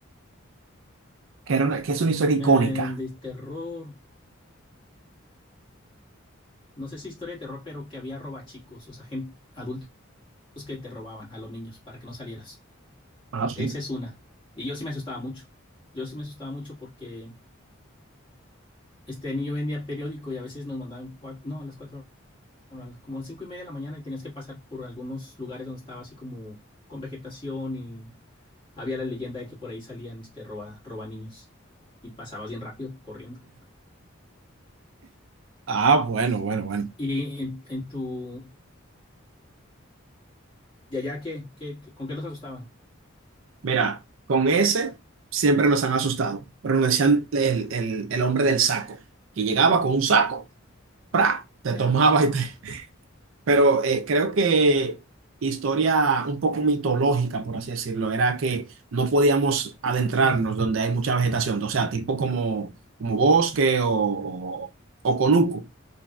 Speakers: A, on the right; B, on the left.
A: Que, era una, que es una historia icónica.
B: Eh, de terror, no sé si historia de terror, pero que había robachicos, o sea, gente, adultos que te robaban a los niños para que no salieras.
A: Ah, sí.
B: Esa es una. Y yo sí me asustaba mucho. Yo sí me asustaba mucho porque este niño vendía periódico y a veces nos mandaban, cua- no, a las cuatro a las- como cinco y media de la mañana y tenías que pasar por algunos lugares donde estaba así como con vegetación y había la leyenda de que por ahí salían este roba, roba niños y pasabas bien rápido corriendo.
A: Ah, bueno, bueno, bueno.
B: Y en, en tu de allá qué, qué, qué- con qué los asustaban?
A: Mira, con ese siempre nos han asustado, pero nos decían el, el- el hombre del saco, que llegaba con un saco, ¡pra! te
B: Ya,
A: tomaba y te... <laughs> Pero eh, creo que historia un poco mitológica, por así decirlo, era que no podíamos adentrarnos
B: sí,
A: donde hay mucha vegetación, o sea, tipo como, como bosque o, o, o conuco.